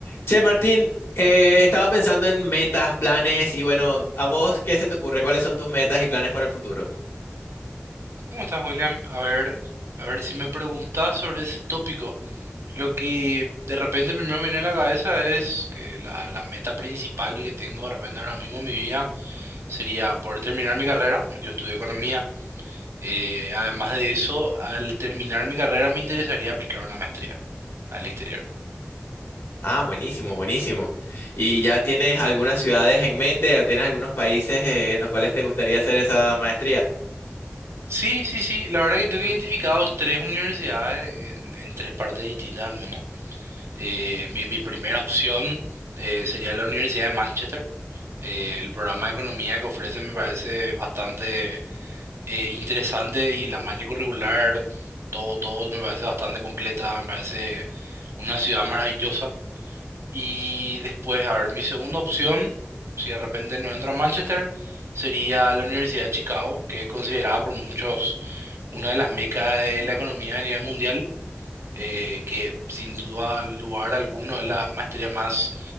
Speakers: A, on the left; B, on the right.
A: Che, Martín, eh, estaba pensando en metas, planes y bueno, ¿a vos qué se te ocurre? ¿Cuáles son tus metas y planes para el futuro?
B: ¿Cómo estás, William? A ver, a ver, si me preguntás sobre ese tópico, lo que de repente primero viene a la cabeza es que la, la meta principal que tengo de repente ahora mismo en mi vida sería poder terminar mi carrera. Yo estudio economía. Eh, además de eso, al terminar mi carrera me interesaría aplicar una maestría al exterior.
A: Ah, buenísimo, buenísimo. ¿Y ya tienes algunas ciudades en mente o tienes algunos países eh, en los cuales te gustaría hacer esa maestría?
B: Sí, sí, sí. La verdad que tengo identificados tres universidades en, en tres partes distintas del mundo. Eh, mi, mi primera opción eh, sería la Universidad de Manchester. Eh, el programa de economía que ofrece me parece bastante eh, interesante y la malla curricular, todo, todo me parece bastante completa, me parece una ciudad maravillosa. Y después, a ver, mi segunda opción, si de repente no entro a Manchester, sería la Universidad de Chicago, que es considerada por muchos una de las mecas de la economía a nivel mundial eh, que sin duda lugar alguno es la maestría más